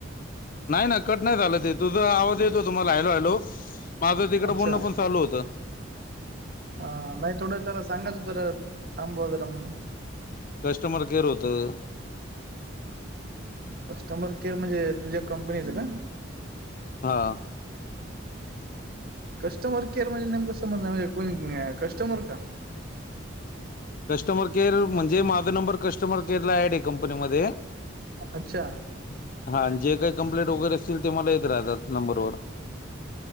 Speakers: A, on the left; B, on the right.
A: नाही नाही कट नाही झालं ते, तुझा आवाज येत होता मला हॅलो हॅलो. माझं तिकडं
B: अच्छा
A: बोलण पण चालू होतं.
B: हा नाही थोडं त्याला सांगायचं जरा थांबवा जरा म्हणून.
A: कस्टमर केअर होतं.
B: कस्टमर केअर म्हणजे तुझ्या कंपनीचं का?
A: हां.
B: कस्टमर केअर म्हणजे नेमकं समजलं <unintelligible> कस्टमर का?
A: कस्टमर केअर म्हणजे माझं नंबर कस्टमर केअर ला ऍड आहे कंपनीमध्ये
B: अच्छा
A: हा आणि जे काही कम्पलेट वगैरे असतील ते मला येत राहतात नंबर वर.